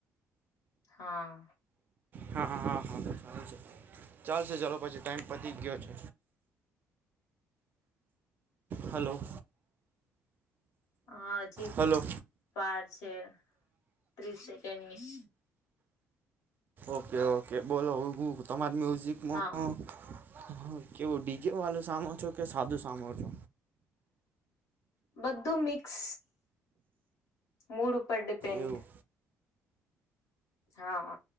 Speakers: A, on the left; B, on the right.
A: હા.
B: હા હા હા હાા ચાલશે ચાલશે ચાલો પછી ટાઈમ પતી ગયો છે. હલો.
A: હા હજી
B: હલો
A: બાર છે ત્રીસ સેકન્ડ.
B: ઓકે ઓકે બોલો તમારી મ્યુઝિકમાં.
A: હા
B: હા કેવું ડીજે વાળું સામેો છો કે સાધુ સામો છો.
A: બધું મિક્સ મૂડ ઉપર ડિપેન્ડ.
B: એવું
A: હા.